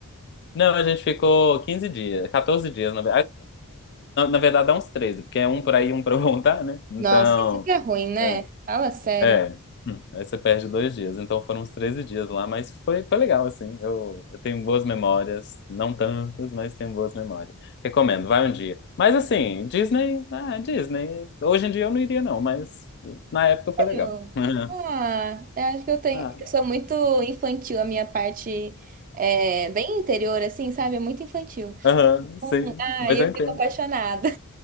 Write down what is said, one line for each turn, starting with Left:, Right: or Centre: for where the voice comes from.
Left: Não, a gente ficou 15 dias, 14 dias, na verdade é uns treze, porque um um pra ir um pra <laughs> voltar, né? Então,
Right: Nossa, isso que é ruim, né?
Left: é.
Right: Fala sério.
Left: É, hum, aí você perde dois dias. Então foram uns 13 dias lá, mas foi, foi legal, assim. Eu, eu tenho boas memórias, não tantas, mas tenho boas memórias. Recomendo, vai um dia. Mas assim, Disney, ah, Disney. Hoje em dia eu não iria, não, mas na época foi legal.
Right: Sério?
Left: <laughs>
Right: Ah, eu acho que eu tenho.
Left: Ah,
Right: Eu sou muito infantil, a minha parte é bem interior, assim, sabe? É muito infantil.
Left: aham, sim,
Right: Ah,
Left: mas
Right: e
Left: eu
Right: eu
Left: entendo.
Right: fico apaixonada.